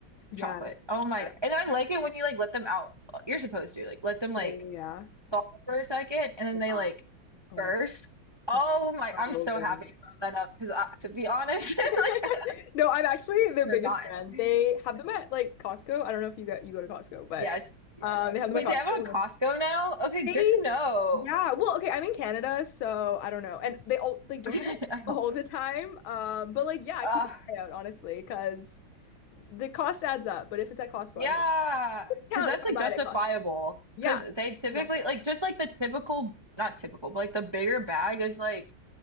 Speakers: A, on the left; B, on the right.
A: Yes.
B: chocolate. Oh my
A: Yes.
B: God. And I like it when you like let them out. uh, You're supposed to like let them like
A: Yeah, yeah, yeah.
B: thaw for a second and then
A: Yeah.
B: they like
A: Oh
B: burst.
A: my God,
B: Oh
A: that's
B: my, I'm
A: so
B: so
A: good.
B: happy you brought that up because I, to be honest,
A: <laughs>
B: <laughs> like I've
A: No, I'm actually their
B: forgotten.
A: biggest fan. They have them at like Costco. I don't know if you got you go to Costco, but
B: Yes, yes.
A: um, they have them
B: Wait,
A: at Costco.
B: they have it on Costco now? Okay, good
A: They,
B: to know.
A: yeah. Well, okay, I'm in Canada, so I don't know. And they all they don't
B: <laughs>
A: have it
B: I
A: all
B: hope
A: the time. Um, but like yeah,
B: so.
A: keep an eye out, honestly, because the cost adds up. But if it's at Costco,
B: Yeah,
A: I might
B: because
A: count
B: that's
A: if
B: like
A: I buy
B: justifiable.
A: it at Costco.
B: Because
A: Yeah,
B: they typically
A: exactly.
B: like just like the typical, not typical, but like the bigger bag is like